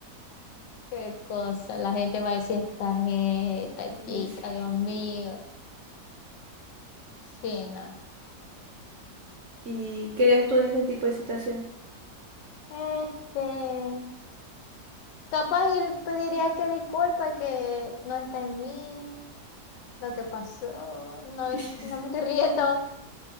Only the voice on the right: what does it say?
Y
<laughs> sí.
¿Y qué harías tú en ese tipo de situación?
<laughs>